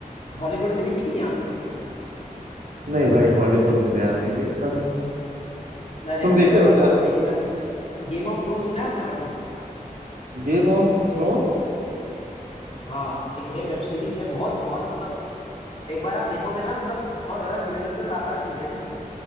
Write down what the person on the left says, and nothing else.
हॉलीवुड में देखी कि नहीं आपने कुछ
अरे
मैं बताता
हूँ वो देखना गेम ऑफ थ्रोन सुना है आपने हाँ
हाँ, एक है वेब सीरीज है बहुत बहुत मतलब एक बार आप देखोगे ना मतलब बहुत ज्यादा सीजन है उसमें सात आठ सीजन है